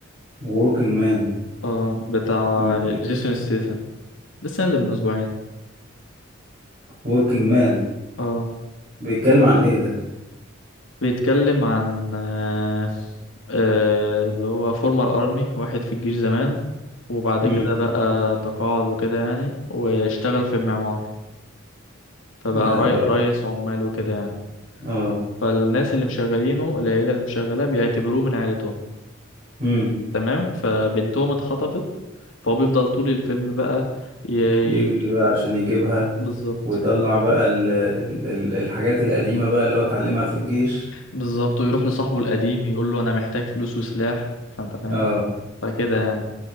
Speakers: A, on the right; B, on the left.
A: Working Man
B: اه بتاع
A: امم
B: جيسون ستيسن لسه نازل من أسبوعين
A: Working Man
B: اه
A: بيتكلم عن ايه ده
B: بيتكلم عن آه... آه... اللي هو فورمر أرمي واحد في الجيش زمان وبعد
A: امم
B: كده بقى تقاعد وكده يعني واشتغل في المعمار فبقى
A: يا
B: ري...
A: اه
B: رئيس عمال وكده يعني
A: اه
B: فالناس اللي مشغلينه العيلة اللي مشغلاه بيعتبروه من عيلتهم
A: امم
B: تمام فبنتهم اتخطفت فهو بيفضل طول الفيلم بقى ي...
A: يجري بقى عشان يجيبها
B: بالظبط
A: ويطلع بقى ال... ال... ال- الحاجات القديمة بقى اللي هو اتعلمها في الجيش
B: بالظبط ويروح لصاحبه القديم يقول له انا محتاج فلوس وسلاح فانت فاهم
A: اه
B: فكده يعني